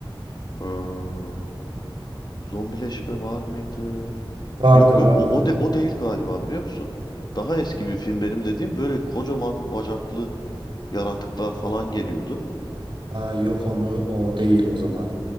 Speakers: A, on the left; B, on the right.
A: Ee, zombileşme var mıydı?
B: Vardı
A: Yok yok
B: vardı.
A: o o, de, o değil galiba biliyor musun? Daha eski bir film benim dediğim böyle kocaman bacaklı yaratıklar falan geliyordu.
B: Ha, yok onu o değil o zaman.